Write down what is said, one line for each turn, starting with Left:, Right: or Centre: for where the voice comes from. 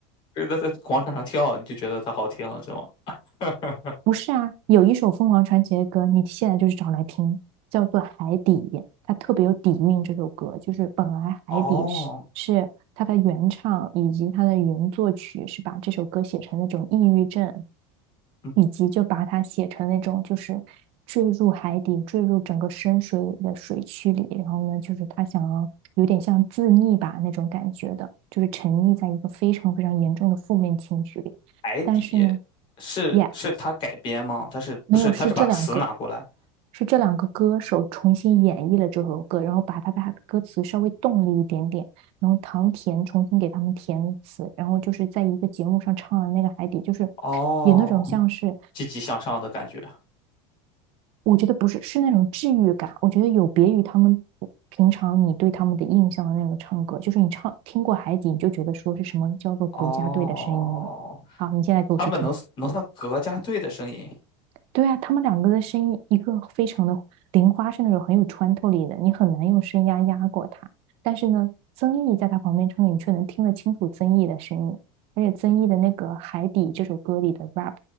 Left: 就是他在广场上跳，你就觉得它好听了，是吗？<laughs>
Right: 不是啊，有一首凤凰传奇的歌，你现在就是找来听，叫做《海底》，它特别有底蕴。这首歌就是本来《海底》是是它的原唱以及它的原作曲是把这首歌写成那种抑郁症，
Left: 哦，嗯
Right: 以及就把它写成那种就是坠入海底、坠入整个深水里的水区里，然后呢，就是他想要有点像自溺吧那种感觉的，就是沉溺在一个非常非常严重的负面情绪里，
Left: 白底
Right: 但是呢。
Left: 是是他改编吗？
Right: 也
Left: 他是不是他是把词拿过来？
Right: 没有，是这两个，是这两个歌手重新演绎了这首歌，然后把他把的歌词稍微动了一点点，然后唐甜重新给他们填词，然后就是在一个节目上唱了那个《海底》，就是
Left: 哦，
Right: 有那种像是，
Left: 积极向上的感觉。
Right: 我觉得不是，是那种治愈感，我觉得有别于他们平常你对他们的印象的那个唱歌，就是你唱听过《海底》，你就觉得说是什么叫做国家队的声音了。
Left: 哦。
Right: 好，你现在给我去听。
Left: 他们能能算国家队的声音，
Right: 对啊，他们两个的声音，一个非常的玲花是那种很有穿透力的，你很难用声压压过他。但是呢，曾毅在他旁边唱歌你却能听得清楚曾毅的声音。而且曾毅的那个《海底》这首歌里的 rap